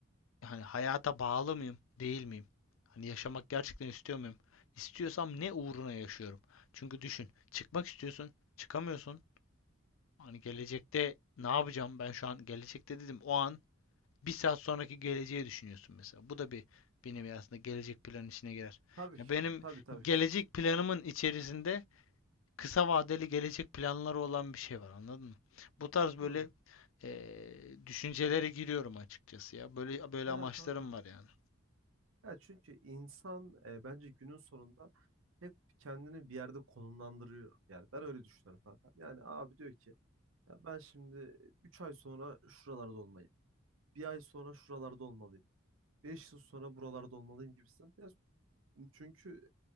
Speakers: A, on the left; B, on the right.
A: hani hayata bağlı mıyım, değil miyim? Hani yaşamak gerçekten istiyor muyum? İstiyorsam ne uğruna yaşıyorum? Çünkü düşün, çıkmak istiyorsun, çıkamıyorsun. Hani gelecekte ne yapacağım ben şu an gelecekte dedim o an bir saat sonraki geleceği düşünüyorsun mesela. Bu da bir benim aslında gelecek planın içine girer.
B: Tabii
A: Ya
B: ki,
A: benim
B: tabii tabii
A: gelecek
B: ki.
A: planımın içerisinde kısa vadeli gelecek planları olan bir şey var anladın mı? Bu tarz böyle
B: Hı.
A: eee, düşüncelere giriyorum açıkçası ya. Böyle böyle
B: Ya
A: amaçlarım
B: kankam.
A: var yani.
B: Ya çünkü insan e, bence günün sonunda hep kendini bir yerde konumlandırıyor. Yani ben öyle düşünüyorum kanka. Yani abi diyor ki ya ben şimdi 3 ay sonra şuralarda olmalıyım. Bir ay sonra şuralarda olmalıyım. beş yıl sonra buralarda olmalıyım gibisin. Ya çünkü